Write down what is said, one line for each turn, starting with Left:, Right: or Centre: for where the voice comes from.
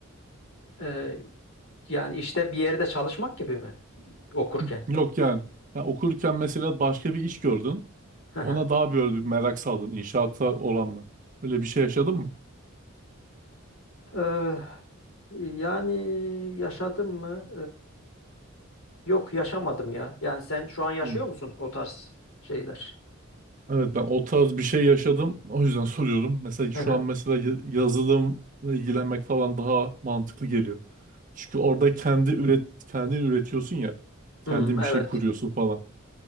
Left: E, yani işte bir yerde çalışmak gibi mi okurken?
Right: Hı, Yok yani. Ya okurken mesela başka bir iş gördün.
Left: Hı hı.
Right: Ona daha böyle bir merak saldın inşaata oranla. Öyle bir şey yaşadın mı?
Left: Eee, yani yaşadım mı? Yok yaşamadım ya. Yani sen şu an yaşıyor
Right: Hı.
Left: musun o tarz şeyler?
Right: Evet ben o tarz bir şey yaşadım. O yüzden soruyorum. Mesela şu
Left: Hı hı.
Right: an mesela ya- yazılımla ilgilenmek falan daha mantıklı geliyor. Çünkü orada kendi üret kendin üretiyorsun ya.
Left: Hmm,
Right: Kendin
Left: evet.
Right: bir şey kuruyorsun falan.